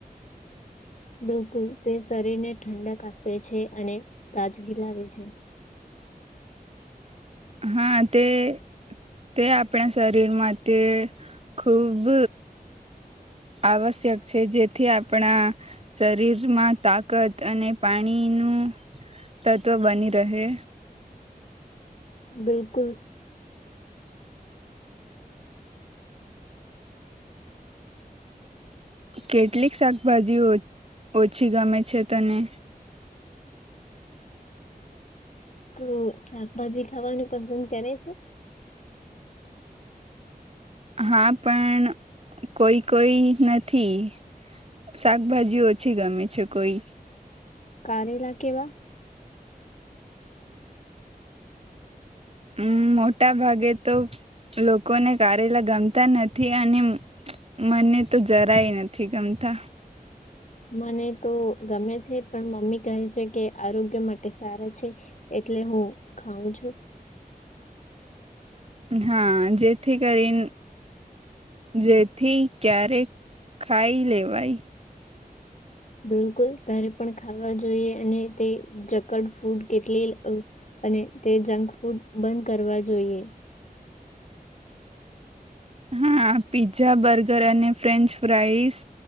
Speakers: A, on the left; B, on the right.
A: બિલકુલ તે શરીરને ઠંડક આપે છે અને તાજગી લાવે છે
B: હા તે તે આપણા શરીર માટે ખૂબ આવશ્યક છે જેથી આપણા શરીરમાં તાકત અને પાણીનું તત્વ બની રહે
A: બિલકુલ
B: કેટલીક શાકભાજીઓ ઓછી ગમે છે તને
A: તો શાકભાજી ખાવાનું પસંદ કરે છે
B: હા પણ કોઈ કોઈ નથી શાકભાજી ઓછી ગમે છે કોઈ
A: કારેલા કેવા
B: હમ મોટા ભાગે તો લોકોને કારેલા ગમતા નથી અને મને તો જરાય નથી ગમતા
A: મને તો ગમે છે પણ મમ્મી કહે છે કે આરોગ્ય માટે સારા છે એટલે હું ખઉં છું
B: હા જેથી કરીને જેથી ક્યારેક ખાઈ લેવાય
A: બિલકુલ તારે પણ ખાવા જોઈએ અને તે જકડ ફૂડ કેટલી અ અને તે જંક ફૂડ બંધ કરવા જોઈએ
B: હા પીઝા બર્ગર અને ફ્રેન્ચ ફ્રાઈસ